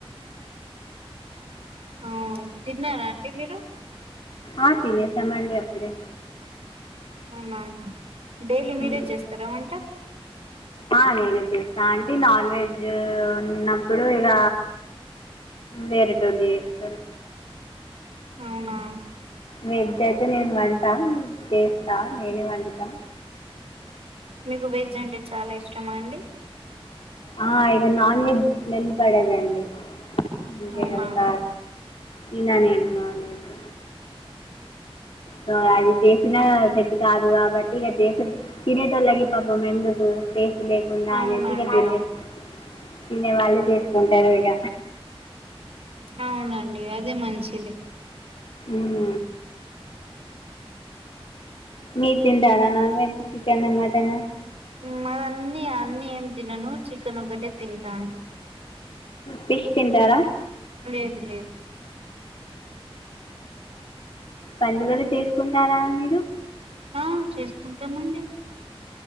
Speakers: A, on the right; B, on the left.
A: ఆ తిన్నారా అండి మీరు
B: ఆ తినేసానండి అప్పుడే
A: అవునా డైలీ మీరే
B: ఉమ్.
A: చేస్తారా వంట
B: ఆ నేనే చేస్తా అంటే నాన్ వెజ్ ఉన్నప్పుడు ఇగ వేరేటోళు చేస్తారు
A: అవునా
B: వెజ్ అయితే నేను వంటా చేస్తా నేనే వండతా
A: మీకు వెజ్ అంటే చాలా ఇష్టమా అండి
B: ఆ ఇగ నాన్ వెజ్ స్మెల్ పడదండి అంటే
A: అవునా
B: అంత తినా నేను నాన్ వెజ్ స అది చేసిన సెట్ కాదు కాబట్టి ఇక చేస. తినేటల్కి పాపం ఎందుకు కేసకు లేకుండా
A: అవునండి
B: అనేసి ఇక తినేస్.
A: అవును
B: తినే వాళ్ళు చేసుకుంటారు ఇక.
A: అవునండి అదే మంచిది.
B: ఉ. మీరు తింటారా నాన్ వెజ్ చికన మటన.
A: మరి అన్ని అన్ని ఏం తినను చికెన్ ఒకటే తింటా అండి.
B: ఫిష్ తింటారా.
A: లేదు లేదు
B: పండుగలు చేసుకుంటారా మీరు.
A: ఆ చేసుకుంటామండి.